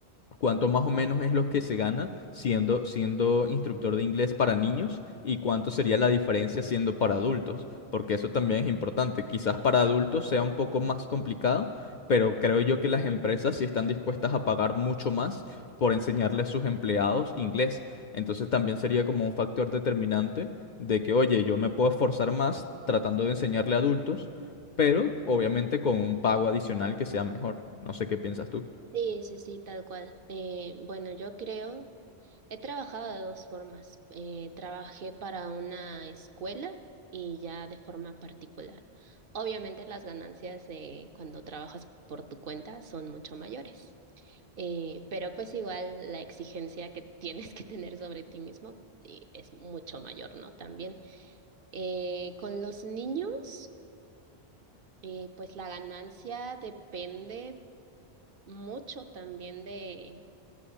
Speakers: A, on the left (about 55°); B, on the right (about 60°).
A: cuánto más o menos es lo que se gana siendo, siendo instructor de inglés para niños y cuánto sería la diferencia siendo para adultos? porque eso también es importante. Quizás para adultos sea un poco más complicado, pero creo yo que las empresas sí están dispuestas a pagar mucho más por enseñarle a sus empleados inglés. Entonces también sería como un factor determinante de que, oye, yo me puedo esforzar más tratando de enseñarle a adultos, pero obviamente con un pago adicional que sea mejor. No sé qué piensas tú.
B: Sí, sí, sí, tal cual. Eh, bueno, yo creo, he trabajado de dos formas. Eh, trabajé para una escuela y ya de forma particular. Obviamente las ganancias de cuando trabajas por tu cuenta son mucho mayores. Eh, pero pues igual la exigencia que tienes que tener sobre ti mismo eh, es mucho mayor, ¿no? También. Eh, con los niños, eh, pues la ganancia depende mucho también de,